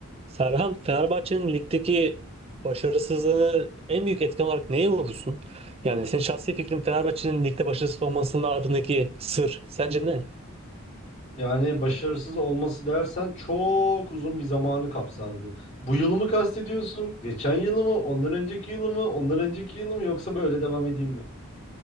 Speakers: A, on the right; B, on the left.
A: Serhan, Fenerbahçe'nin ligdeki başarısızlığını en büyük etken olarak neye vurursun? Yani senin şahsi fikrin Fenerbahçe'nin ligde başarısız olmasının ardındaki sır sence ne?
B: Yani başarısız olması dersen çok uzun bir zamanı kapsar bu. Bu yılı mı kastediyorsun? Geçen yılı mı? Ondan önceki yılı mı? Ondan önceki yılı mı? Yoksa böyle devam edeyim mi?